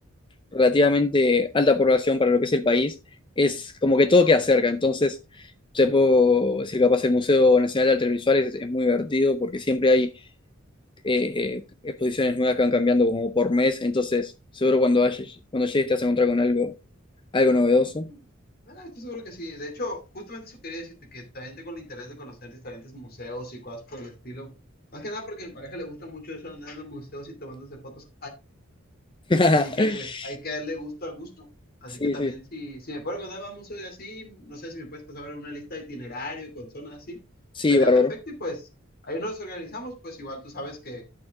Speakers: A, on the left; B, on the left.
A: relativamente alta población para lo que es el país, es como que todo queda cerca. Entonces, te puedo decir capaz el Museo Nacional de Artes Visuales es, es muy divertido porque siempre hay eh, eh, exposiciones nuevas que van cambiando como por mes, entonces seguro cuando, vaya- cuando llegues te vas a encontrar con algo, algo novedoso.
B: Mm, Ah, estoy seguro que sí. De hecho, justamente eso quería decirte, que también tengo el interés de conocer diferentes museos y cosas por el estilo. Más que nada porque a mi pareja le gusta mucho eso de andar en los museos y tomándose fotos
A: <laughs>
B: Así que pues hay que darle gusto al gusto. Así
A: Sí,
B: que también
A: sí,
B: si, si me puedo acordar, vamos hoy así, no sé si me puedes pasar una lista de itinerario con zonas así,
A: sí,
B: estaría
A: bárbaro,
B: perfecto y pues ahí nos organizamos, pues igual tú sabes que